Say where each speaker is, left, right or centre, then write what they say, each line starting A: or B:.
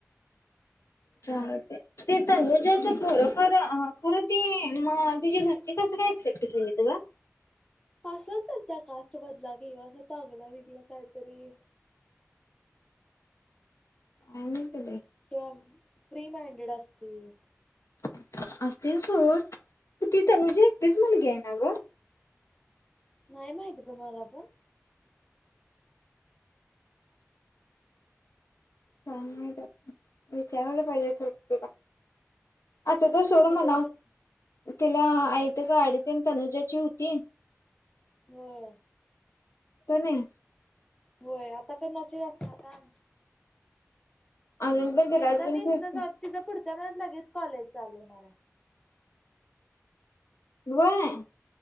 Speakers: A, on the left (about 75°); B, on the left (about 15°).
A: चालतंय. ते तनुज्याच खर खर खरं ते म तिज्या घरची कसं काय ऍक्सेप्ट केली त गं?
B: असंल त्यांच्या कास्ट मधला किंवा असा चांगला बिंगला काहीतरी-
A: काय नाही ग बाई.
B: <unintelligible> फ्री माइंडेड असतील.
A: <unintelligible> ती तनुजी एकटीच मुलगीए ना गं?
B: नाही माहित गं, मला पण.
A: <unintelligible> विचारायला पाहिजे <unintelligible> तिला. <unintelligible> तर
B: आता
A: सोड म्हणावं.
B: कोण विचार
A: तिला. <unintelligible> तनुजाची होती?
B: हम्म.
A: तनया
B: होय आता करणाचे असणार का
A: अजून पण तिलाच
B: एकदा
A: घेऊन
B: ती हितनं
A: फिरते
B: जाऊ तिझं पुढच्या महिन्यात लगेच कॉलेज चालू होणारए.
A: व्हय?